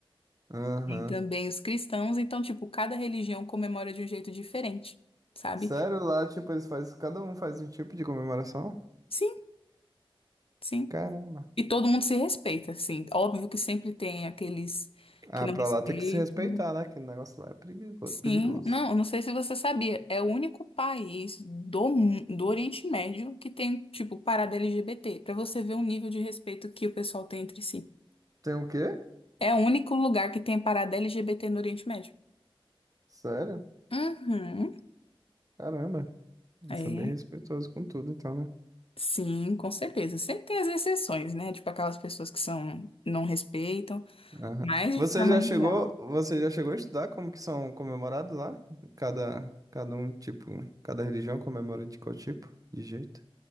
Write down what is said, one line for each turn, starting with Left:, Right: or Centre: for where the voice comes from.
Right: Aham.
Left: Tem também os cristãos, então, tipo, cada religião comemora de um jeito diferente, sabe?
Right: Sério, lá, tipo, eles fazem, cada um faz um tipo de comemoração?
Left: Sim, sim.
Right: Caramba.
Left: E todo mundo se respeita, sim. Óbvio que sempre tem aqueles
Right: Ah,
Left: que não
Right: pra
Left: respeitam.
Right: lá tem que se respeitar, né? Que o negócio lá é perigo-
Left: Sim,
Right: perigoso.
Left: não, eu não sei se você sabia, é o único país do, mu- do Oriente Médio que tem, tipo, parada LGBT, pra você ver o nível de respeito que o pessoal tem entre si.
Right: Tem o quê?
Left: É o único lugar que tem parada LGBT no Oriente Médio.
Right: Sério?
Left: Uhum.
Right: Caramba. Eles
Left: É.
Right: são bem respeitosos com tudo, então, né?
Left: Sim, com certeza. Sempre tem as exceções, né? Tipo aquelas pessoas que são, não respeitam,
Right: Aham.
Left: mas
Right: Você
Left: de forma
Right: já
Left: geral.
Right: chegou, você já chegou a estudar como que são comemorados lá? Cada, cada um, tipo, cada religião comemora de qual tipo? De jeito?